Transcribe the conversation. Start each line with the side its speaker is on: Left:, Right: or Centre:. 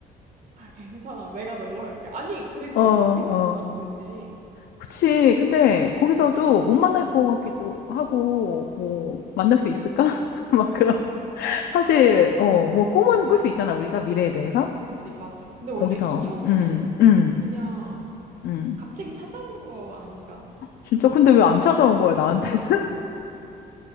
Right: 아, 괜찮아. 내가 놀러 갈게. 아니, 그리고
Left: 어,
Right: 거기서
Left: 어.
Right: 만나면 되지.
Left: 그치. 근데 거기서도 못 만날 것 같기도 하고, 뭐, 만날 수 있을까? <laughs> 막 그런. 사실, 어, 뭐, 꿈은 꿀 수 있잖아, 우리가 미래에 대해서.
Right: 그지, 맞아. 근데 원래
Left: 거기서,
Right: 인연은
Left: 음, 음,
Right: 그냥
Left: 음.
Right: 갑자기 찾아오는 거 아닌가?
Left: 진짜, 근데 왜 안 찾아온 거야, 나한테는?